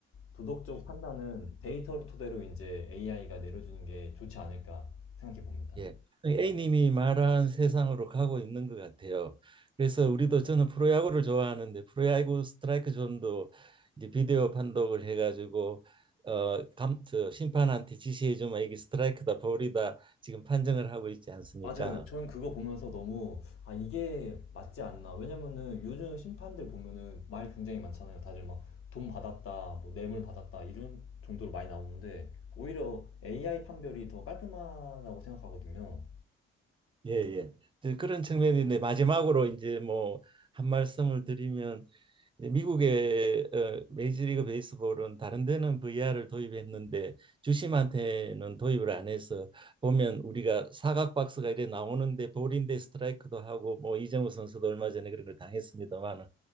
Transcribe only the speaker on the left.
도덕적 판단은 데이터를 토대로 이제 AI가 내려주는 게 좋지 않을까 생각해 봅니다.
맞아요. 전 그거 보면서 너무 아 이게 맞지 않나. 왜냐면은 요즘 심판들 보면은 말 굉장히 많잖아요. 다들 막 돈 받았다, 뭐 뇌물 받았다 이런 정도로 많이 나오는데 오히려 AI 판별이 더 깔끔하다고 생각하거든요.